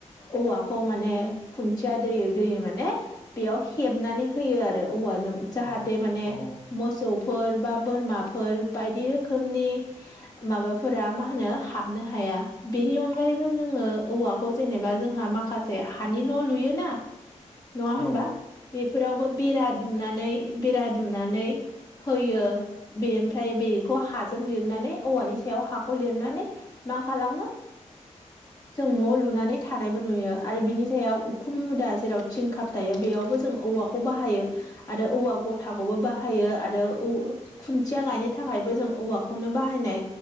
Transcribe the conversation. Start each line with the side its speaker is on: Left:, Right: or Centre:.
Left: औवाखौ माने खुन्थिया दोयै दोयै माने बेयाव हेबनानै होयो आरो औवाजों जाहाथे
Centre: थारैनो
Left: माने
Centre: औ
Left: मोसौफोर बा बोरमाफोर बायदि रोखोमनि माबाफोरा मा होनो हाबनो हाया बेनि अनगायैबो जोङो औवाखौ जेनेबा जोंहा माखासे हानि न' लुयोना नङा
Centre: औ
Left: होनबा बेफोरावबो बेरा दुमनानै बेरा दुमनानै होयो बे ओमफ्राय बेखौ हाजों लिरनानै औवानि सायाव हाखौ लिरनानै मा खालामो जों न' लुना थानायबो नुयो आरो बिनि सायाव उखुम मुदा जेराव थिं खाब थायो बेयावबो जों औवाखौ बाहायो आरो औवा गथाखौबो बाहायो आरो औ खुन्थिया गायनो थाखायबो जों औवाखौनो बाहायनाय